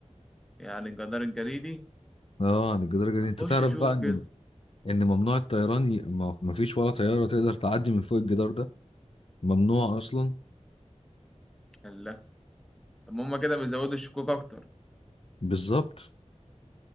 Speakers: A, in the centre; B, on the left.
A: يعني الجدار الجليدي
B: اه عن الجدار الجليدي
A: اخش
B: انت تعرف
A: اشوف
B: بقى ان
A: كده
B: ان ممنوع الطيران ي... ما ما فيش ولا طياره تقدر تعدي من فوق الجدار ده ممنوع اصلا
A: الله طب ما هما كده بيزودوا الشكوك اكتر
B: بالظبط